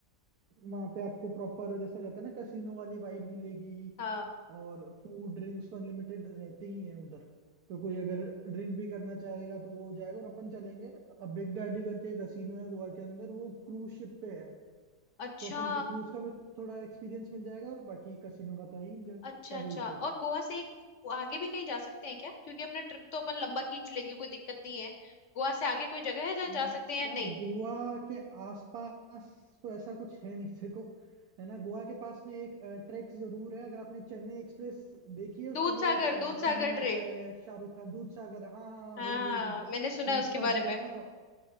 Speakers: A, on the right; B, on the left.
A: वहां पे आपको प्रॉपर जैसे रहता है ना कैसीनो वाली वाइब मिलेगी
B: हाँ
A: और फूड ड्रिंक्स पर लिमिटेड रहते ही हैं उधर तो कोई अगर ड्रिंक भी करना चाहेगा तो वो हो जाएगा और अपन चलेंगे अब बिग डैडी करके कसीनो है गोवा के अंदर वो क्रूज शिप पे है
B: अच्छा
A: तो अपन को क्रूज का भी थोड़ा एक्सपीरियंस मिल जाएगा और बाकी कसीनो का तो है ही एंजॉय क्या
B: अच्छा
A: बोलते
B: अच्छा और
A: हो
B: गोवा से एक आगे भी कहीं जा सकते हैं क्या क्योंकि अपना ट्रिप तो अपन लंबा खींच लेंगे कोई दिक्कत नहीं है गोवा से आगे कोई जगह है जहाँ
A: हम्म।
B: जा सकते हैं या
A: यार
B: नहीं
A: गोवा के आसपास तो ऐसा कुछ है नहीं देखो है ना गोवा के पास में एक ट्रैक जरूर है अगर आपने चेन्नई एक्सप्रेस देखी है उसके
B: दूध
A: अंदर
B: सागर
A: एक
B: दूध
A: सीन
B: सागर
A: आता
B: ट्रेक
A: है शाहरुख का दूध सागर हाँ हाँ हाँ,
B: हाँ
A: वही वही वही
B: मैंने सुना
A: दूध
B: है उसके
A: सागर
B: बारे में
A: है ना